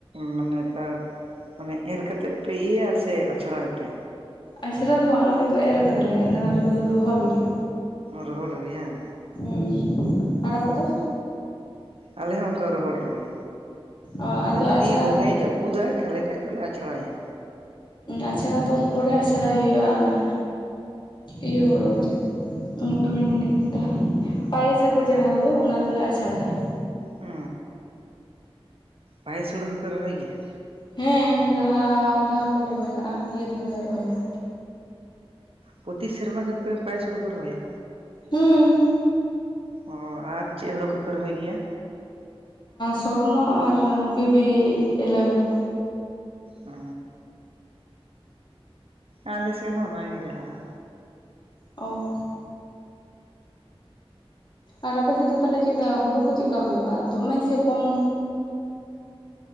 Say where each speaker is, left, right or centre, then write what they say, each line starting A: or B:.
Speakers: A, on the right; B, on the left.
A: ᱢᱟᱱᱮ ᱱᱮᱛᱟᱨ ᱢᱟᱱᱮ ᱮᱨ ᱠᱟᱛᱮᱜ ᱯᱮ ᱤᱭᱟᱹᱭᱟ ᱥᱮ ᱟᱪᱷᱲᱟᱭᱯᱮ
B: ᱟᱪᱷᱟᱲᱟ ᱫᱚ ᱵᱟᱝ ᱟᱞᱮ ᱫᱚ ᱮᱨ ᱠᱟᱫᱟᱞᱮ ᱱᱚᱣᱟ ᱨᱚᱦᱚᱲ ᱨᱮᱜᱮ
A: ᱨᱚᱦᱚᱲ ᱨᱮᱜᱮ ᱭᱟᱝ
B: ᱦᱮᱸ ᱟᱨ ᱟᱯᱮ ᱫᱚ
A: ᱟᱞᱮ ᱦᱚᱸ ᱚᱱᱠᱟ ᱨᱚᱦᱚᱲ ᱨᱮᱜᱮ
B: ᱚ
A: ᱟᱫᱚ ᱡᱩᱫᱤ
B: ᱟᱪᱷᱲᱟ
A: ᱫᱚᱢᱮ ᱡᱟᱹᱯᱩᱫᱟᱭ ᱛᱟᱦᱚᱞᱮ ᱠᱷᱟᱡ ᱫᱚᱞᱮ ᱟᱪᱷᱲᱟᱭᱟ
B: ᱟᱪᱲᱟ ᱫᱚ ᱯᱚᱨᱮ ᱟᱪᱲᱟᱭ ᱦᱩᱭᱩᱜᱼᱟ ᱚᱱᱟ ᱤᱭᱟᱹ ᱦᱩᱲᱩ ᱧᱩᱛᱩᱢᱤᱧ ᱦᱤᱲᱤᱧ ᱠᱮᱫᱟ ᱯᱟᱭᱮᱥᱟᱠᱚ ᱡᱟᱦᱟᱸ ᱦᱩᱲᱩ ᱚᱱᱟ ᱫᱚᱞᱮ ᱟᱪᱷᱲᱟᱭᱟ
A: ᱚ ᱯᱟᱭᱮᱥ ᱦᱩᱲᱩ ᱦᱚᱸᱯᱮ ᱨᱚᱦᱚᱭ ᱜᱮᱭᱟ
B: ᱦᱮᱸ ᱞᱟᱦᱟ ᱫᱷᱟᱣ ᱞᱮ ᱨᱚᱦᱚᱭ ᱞᱟᱜᱼᱟ ᱱᱤᱭᱟᱹ ᱫᱷᱟᱣ ᱦᱚᱞᱮ ᱨᱚᱦᱚᱭᱟ
A: ᱯᱨᱚᱛᱤ ᱥᱮᱨᱢᱟ ᱜᱮᱯᱮ ᱯᱟᱭᱮᱥ ᱦᱳᱲᱳ ᱯᱮ ᱨᱚᱦᱚᱭᱟ
B: ᱦᱮᱸ
A: ᱚ ᱟᱨ ᱪᱮᱫ ᱦᱳᱲᱳ ᱠᱚᱯᱮ ᱨᱚᱦᱚᱭ ᱜᱮᱭᱟ
B: ᱥᱚᱨᱱᱚ ᱟᱨ ᱵᱤᱵᱤ ᱤᱞᱮᱵᱷᱮᱱ
A: ᱚ ᱟᱞᱮᱥᱮᱫ ᱦᱚᱸ ᱚᱱᱟᱜᱮ ᱪᱟᱞᱟᱜᱼᱟ
B: ᱳ ᱟᱨ ᱟᱯᱮᱥᱮᱫ ᱫᱚ ᱛᱟᱦᱚᱞᱮ ᱪᱮᱫ ᱞᱮᱠᱟ ᱦᱩᱲᱩ ᱠᱚ ᱪᱮᱫᱠᱟ ᱦᱩᱭᱩᱜᱼᱟ ᱫᱚᱢᱮ ᱥᱮ ᱠᱚᱢ